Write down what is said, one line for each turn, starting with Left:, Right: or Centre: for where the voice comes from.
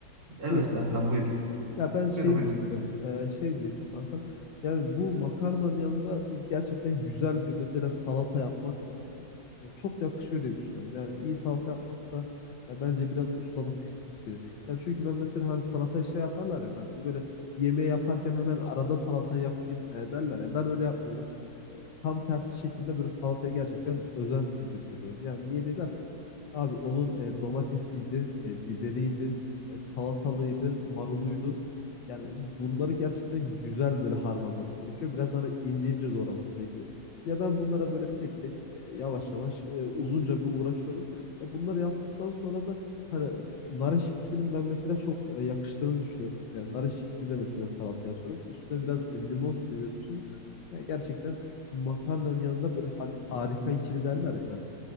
Right: evet
Left: buyur kanka.
Right: kankam buyur.
Left: Ya ben şey
Right: Buyur buyur.
Left: diyecektim. e, şey diyecektim kankam. Yani bu makarnanın yanında gerçekten güzel bir mesela salata yapmak e, ya çok yakışıyor diye düşünüyorum. Yani iyi salata yapmak da ya bence biraz ustalık is- istiyor. Ya çünkü ben mesela hani salata şey yaparlar ya kankam. Böyle yemeği yaparken hemen arada salata yapayım e, derler ya. Ben öyle yapmıyorum. E, tam tersi şekilde böyle salataya gerçekten özen gösteriyorum. Yani niye diye dersen abi onun e, domatesiydi, e, biberiydi, e, salatalıydı, maruluydu. Yani bunları gerçekten güzel böyle harmanlamak gerekiyor. Biraz hani ince ince doğramak gerekiyor. Ya ben bunlara böyle tek tek e, yavaş yavaş e, uzunca bir uğraşıyorum. Ya bunları yaptıktan sonra da hani nar eşkisinin ben mesela çok e, yakıştığını düşünüyorum. E, nar eşkisi de mesela salataya atıyorum. Üstüne biraz e, limon suyu ve tuz. Yani gerçekten makarnanın yanında böyle har- harika ikili derler ya kanka.